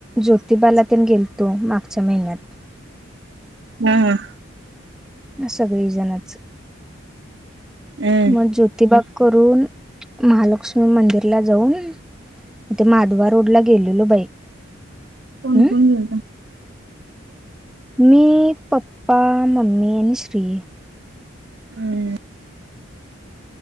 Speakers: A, in the centre; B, on the right.
A: ज्योतिबाला ते गेलतो मागच्या महिन्यात.
B: हम् ह
A: सगळी जणच
B: हम्म
A: मग ज्योतिबाग करून महालक्ष्मी मंदिरला जाऊन. ते माधवा रोड ला गेलेलो बाई.
B: कोण
A: हम्म
B: कोण गेलता?
A: म पपा ममी आणिन सरी.
B: हम्.